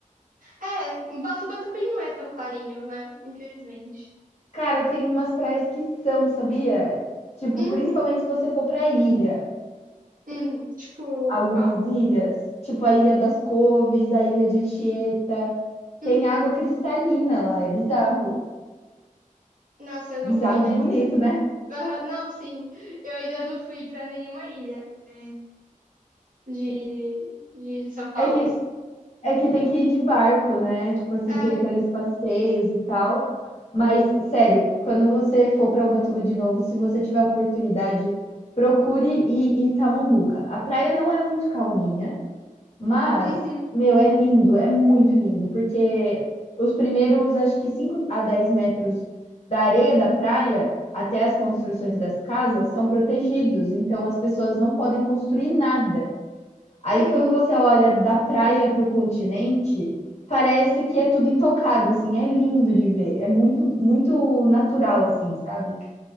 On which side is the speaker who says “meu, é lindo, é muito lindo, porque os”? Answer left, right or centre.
Left